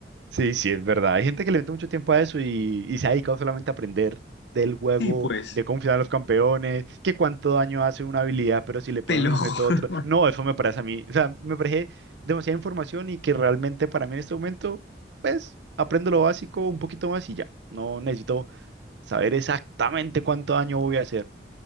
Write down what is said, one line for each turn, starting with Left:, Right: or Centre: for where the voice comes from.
Right: Sí, sí, es verdad. Hay gente que le mete mucho tiempo a eso y, y se ha dedicado solamente a aprender del juego,
Left: Sí, pues,
Right: de cómo funcionan los campeones, que cuánto daño hace una habilidad, pero si le ponen
Left: te lo
Right: un objeto
Left: <laughs> juro.
Right: a otro. No, eso me parece a mí. O sea, me parece demasiada información y que realmente para mí en este momento, pues, aprendo lo básico un poquito más y ya. No necesito saber exactamente cuánto daño voy a hacer.